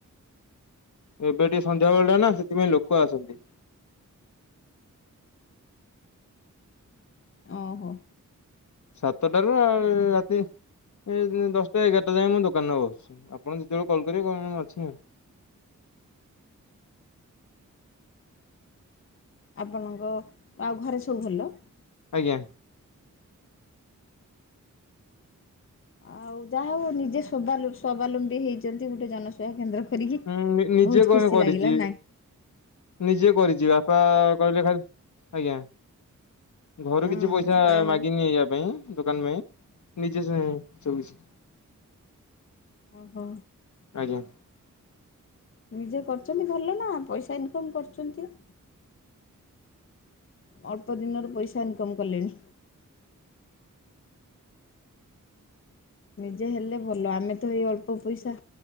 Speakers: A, on the left; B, on the left.
A: ଏବେ ଟିକେ ସନ୍ଧ୍ୟାବେଳଟା ନା ସେଥିପାଇଁ ଲୋକ ଆସନ୍ତି।
B: ଓ ହୋ।
A: ସାତଟାରୁ ଆଉ ରାତି ଏ ଦଶଟା ଏଗାରଟା ଯାଏଁ ମୁଁ ଦୋକାନରେ ବସୁଛି ଆପଣ ଯେତେବେଳେ କଲ କରିବେ କହିବି ମୁଁ ଅଛି ଆଉ
B: ଆପନଙ୍କ ଆଉ ଘରେ ସବୁ ଭଲ?
A: ଆଜ୍ଞା।
B: ଆଉ ଯାହା ହୋଉ ନିଜେ ସୁଭାଲୁ ସ୍ୱବାଲମ୍ବୀ ହେଇଛନ୍ତି ଗୋଟେ ଜନ ବା କେନ୍ଦ୍ର ଖୋଲିକି
A: ହୁଁ ନିଜେ
B: ବୋହୁତ
A: କଣ
B: ଖୁସି
A: କରିଛି।
B: ଲାଗିଲା ନାଁ
A: ନିଜେ କରିଛି ବାପା କହିଲେ ଖାଲି ଆଜ୍ଞା ଘରୁ
B: ହଁ
A: କିଛି ପଇସା
B: ଯାହା ହଉ
A: ମାଗିନି ଇଆ ପାଇଁ ଦୋକାନ ପାଇଁ। ନିଜେ ଛାଏଁ ସବୁକିଛି।
B: ଓ ହୋ।
A: ଆଜ୍ଞା।
B: ନିଜେ କରୁଚ ନ୍ତି ଭଲ ନା ପଇସା ଇନକମ୍ କରୁଚନ୍ତି। ଅଳ୍ପ ଦିନରୁ ପଇସା ଇନକମ୍ କଲେଣି। ନିଜେ ହେଲେ ଭଲ ଆମେ ତ ଏଇ ଅଳ୍ପ ପଇସା